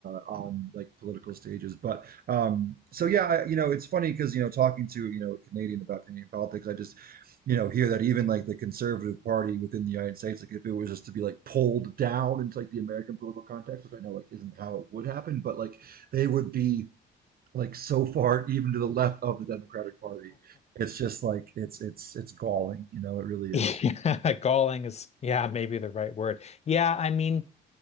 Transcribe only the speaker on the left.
Yeah, <laughs> galling is, yeah, maybe the right word. Yeah, I mean,